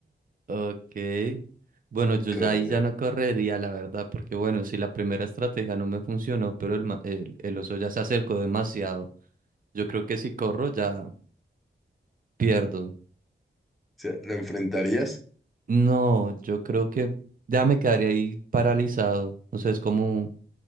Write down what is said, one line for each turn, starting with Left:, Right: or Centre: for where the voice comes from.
Right: Ok. Bueno, yo
Centre: Correr.
Right: ya ahí ya no
Centre: O
Right: correría, la verdad, porque bueno, si la primera estrategia no me funcionó, pero el, ma- el, el oso ya se acercó demasiado. Yo creo que si corro ya pierdo.
Centre: sea, ¿lo enfrentarías?
Right: No, yo creo que ya me quedaría ahí paralizado. O sea, es como,